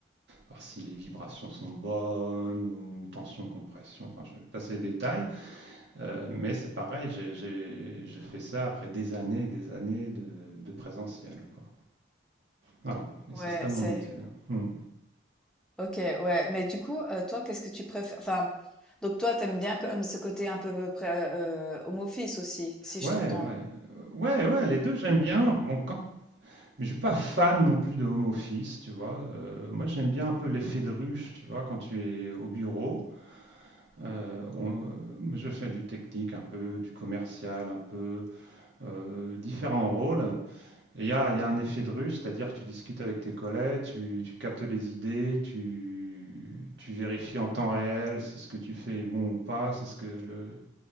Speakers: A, on the right (about 65°); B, in the centre.
A: Voir si les vibrations sont bonnes ou tension, compression. Enfin, je vais passer les détails, Euh, mais c'est pareil. J'ai j'ai- j'ai fait ça après des années et des années de, de présentiel, quoi. Voilà, et
B: Ouais,
A: c'est ça mon
B: c'est
A: métier maintenant. Hmm.
B: Ok, ouais. Mais du coup, euh, toi, qu'est-ce que tu préfères? Enfin, donc toi, t'aimes bien quand même ce côté un peu peu près, euh, home office aussi, si
A: Ouais,
B: je t'entends.
A: ouais, Euh, ouais, ouais, les deux j'aime bien. Bon, quand Mais je suis pas fan non plus de home office, tu vois. Euh, moi, j'aime bien un peu l'effet de ruche, tu vois, quand tu es au bureau. Euh, on- moi, je fais du technique un peu, du commercial un peu, euh, différents rôles. Et il y a, il y a un effet de ruche, c'est-à-dire que tu discutes avec tes collègues, tu, tu captes les idées, tu, tu vérifies en temps réel si ce que tu fais est bon ou pas, si ce que le,